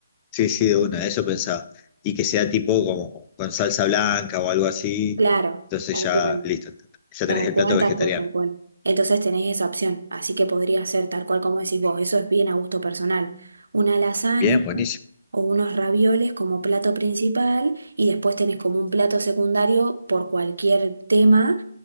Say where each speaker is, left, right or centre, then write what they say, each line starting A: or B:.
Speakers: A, on the left; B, on the right.
A: Sí, sí, de una, eso pensaba. Y que sea tipo como con salsa blanca o algo así.
B: Claro,
A: Entonces
B: tal
A: ya,
B: cual.
A: listo, ya
B: Tal
A: tenés el
B: cual,
A: plato vegetariano.
B: tal cual, tal cual. Entonces tenés esa opción, así que podría ser tal cual como decís vos, eso es bien a gusto personal. Una lasaña
A: Bien, buenísimo.
B: o unos ravioles como plato principal y después tenés como un plato secundario por cualquier tema